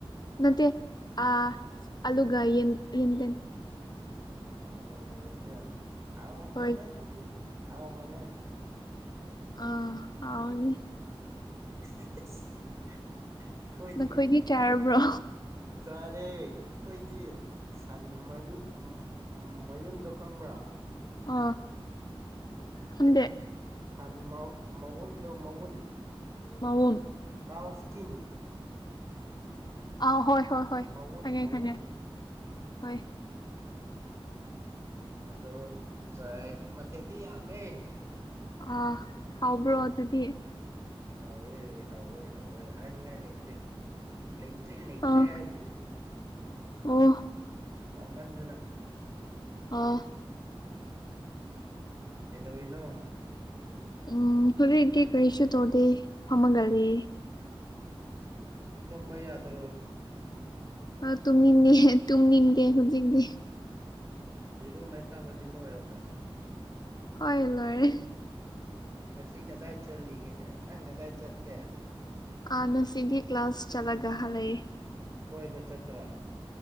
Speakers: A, on the left; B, on the right.
A: ꯃꯦ ꯑ ꯑꯂꯒ ꯌꯦꯟ ꯌꯦꯟꯇ
B: ꯑꯜꯂꯒ ꯌꯦꯡꯗꯦ ꯍꯥꯎꯔ ꯃꯣꯏꯗ
A: ꯍꯣꯏ
B: ꯑꯗꯨꯗꯤ ꯍꯥꯎꯕ꯭ꯔꯣꯅꯦ
A: ꯑꯥ ꯍꯥꯎꯅꯤ
B: <unintelligible> ꯑꯩꯈꯣꯏꯗꯤ
A: ꯅꯈꯣꯏꯗꯤ ꯆꯥꯔꯕ꯭ꯔꯣ
B: ꯆꯥꯔꯦ ꯀꯩꯗꯤ ꯁꯟꯃꯌꯣꯛ ꯃꯌꯨꯟꯗꯣ ꯈꯪꯕ꯭ꯔꯥ
A: ꯑ ꯈꯗꯦ
B: ꯁꯟ ꯃꯎꯟꯗꯣ ꯃꯎꯟ
A: ꯑꯎꯟ
B: ꯇꯥꯎꯁꯀꯤꯤꯟ
A: ꯑ ꯍꯣꯏ ꯍꯣꯏ ꯍꯣꯏ
B: ꯃꯎꯟ
A: ꯈꯪꯉꯦ
B: ꯃꯎꯟ
A: ꯈꯪꯉꯦ ꯍꯣꯏ
B: ꯑꯗꯣ ꯆꯥꯏ ꯃꯊꯦꯜꯗꯤ ꯌꯥꯝꯃꯦ
A: ꯑ ꯍꯥꯎꯕ꯭ꯔꯣ ꯑꯗꯨꯗꯤ
B: ꯍꯧꯥꯎꯋꯦ ꯍꯧꯋꯦ ꯍꯧꯋꯦ ꯍꯥꯏꯅꯤꯡꯉꯥꯏ ꯂꯩꯇꯦ ꯂꯩꯇ꯭ꯔꯦ ꯂꯩꯇ꯭ꯔꯦ
A: ꯑꯥ
B: ꯍꯥꯏꯕꯗꯨꯅꯦ
A: ꯑꯣ
B: ꯍꯥꯎꯃꯗꯅ
A: ꯑ
B: ꯀꯩꯗꯧꯔꯤꯅꯣ
A: ꯎꯝ ꯍꯂ ꯏꯗꯤ ꯀꯩꯁ ꯇꯣꯗꯦ ꯐꯃꯒꯦ
B: ꯇꯨꯝꯝꯕ ꯌꯥꯗ꯭ꯔꯣ
A: ꯑ ꯇꯨꯝꯅꯤꯡꯗꯦ ꯇꯨꯝꯅꯤꯡꯟꯗꯦ ꯍꯧꯖꯤꯛꯇꯤ
B: ꯏꯔꯨ ꯃꯩꯊꯥꯕꯗꯤ ꯂꯣꯏꯔꯕꯣ
A: ꯍꯣꯏ ꯂꯣꯏꯔ
B: ꯉꯁꯤ ꯀꯗꯥꯏ ꯆꯠꯂꯤꯒꯦ ꯅꯪ ꯀꯗꯥꯏ ꯆꯠꯀꯦ
A: ꯑꯅ ꯁꯤꯗꯤ ꯀ꯭ꯂꯥꯁ ꯆꯂꯒ ꯍꯂ
B: ꯀꯣꯏꯕ ꯆꯠꯇ꯭ꯔꯥ